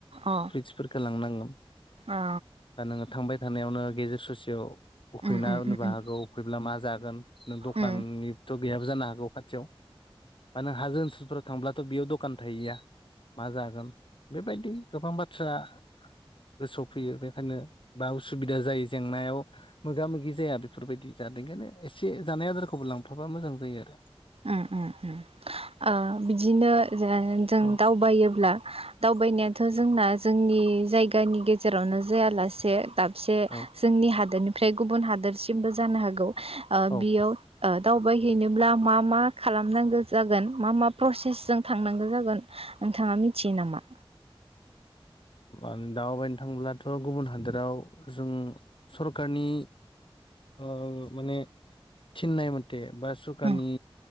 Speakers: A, on the right; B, on the left.
A: अ
B: फ्रुइटफोरखौ लांनांगोन
A: अ
B: बा नोङो थांबाय थानायावनो गेजेर ससेयाव उखैना
A: उम उम
B: होनबो
A: उम उम
B: हागौ उखैब्ला मा जागोन? नों दखाननिबोथ'
A: उम
B: गैयाबो जानो हागौ खाथियाव बा नों हाजो ओनसोलफोराव थांब्ला बेयाव दखान थाहैया मा जागोन बेबायदि गोबां बाथ्रा गोसोआव फैयो बेखायनो बा उसुबिदा जायो जेंनायाव मोगा मोगि जाया बेफोरबायदि <unintelligible> एसे जानाय आदारखौबो लांफाबा मोजां जायो आरो
A: ओं ओं ओं ओ बिदिनो जों
B: आरो
A: दावबायोब्ला दावबायनायाथ' जोंना जोंनि जायगानि गेजेरावनो जायालासे दाबसे
B: औ
A: जोंनि हादोरनिफ्राय गुबुन हादोरसिमबो जानो हागौ ओ
B: औ
A: बियाव ओ दावबायहैनोब्ला मा मा खालामनांगौ जागोन मा मा प्रसेस जों थांनांगौ जागोन नोंथाङा मिथियो नामा?
B: उम दावबायनो थांब्लाथ' गुबुन हादोराव जों सरखारनि ओ माने थिन्नायनाय मथे बा सरखारनि
A: उम